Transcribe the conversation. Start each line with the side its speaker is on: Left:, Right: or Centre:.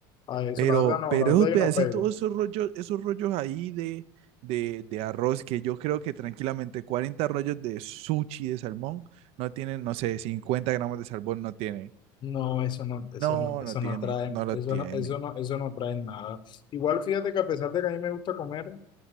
Left: a eso.
Right: Pero,
Left: La verdad no,
Right: pero
Left: la verdad
Right: esos
Left: yo
Right: pedacitos,
Left: no pego.
Right: esos rollos, esos rollos ahí de, de, de arroz, que yo creo que tranquilamente 40 rollos de sushi de salmón no tienen, no sé, 50 gramos de salmón no tienen.
Left: No, eso no, eso
Right: No,
Left: no, eso
Right: no tienen,
Left: no trae,
Right: no lo
Left: eso
Right: tienen.
Left: no, eso no, eso no trae nada. Igual fíjate que a pesar de que a mí me gusta comer